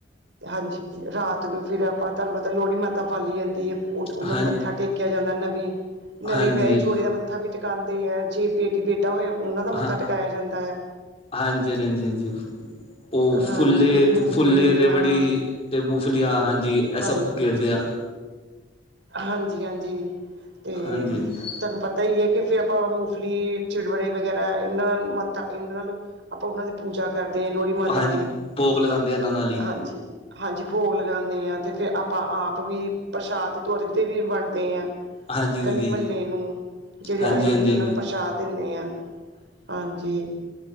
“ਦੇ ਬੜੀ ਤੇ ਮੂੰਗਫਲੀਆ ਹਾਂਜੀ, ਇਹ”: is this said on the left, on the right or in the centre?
Left